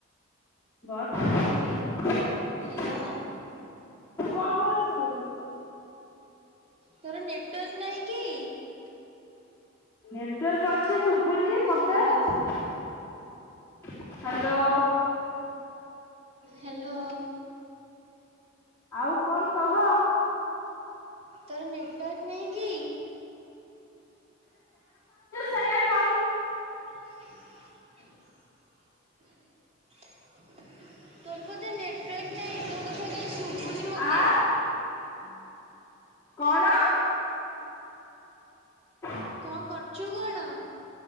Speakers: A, on the left (about 15°); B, on the right (about 35°).
A: ବ ତୁ କଣ
B: ହ୍ୟାଲୋ
A: କରୁଛୁ?
B: ତୋର ନେଟୱାର୍କ ନାହିଁ କି?
A: ନେଟ୍ ତୋର ତ ଅଛି ଶୁଭୁଛି ମତେ
B: ହ୍ୟାଲୋ
A: ହ୍ୟାଲୋ।
B: ହ୍ୟାଲୋ।
A: ଆଉ କଣ କହ?
B: ତ ନେଟ ହୁଁ କି?
A: ସଜଆ କ
B: <inaudible> ତୋର ବୋଧ ନେଟୱାର୍କ ନାହିଁ ତ ଶୁଭୁନି ମୋତେ।
A: ଆ
B: ହୁଁ।
A: କଣ? ହଁ।
B: କଣ କରୁଛୁ କଣ?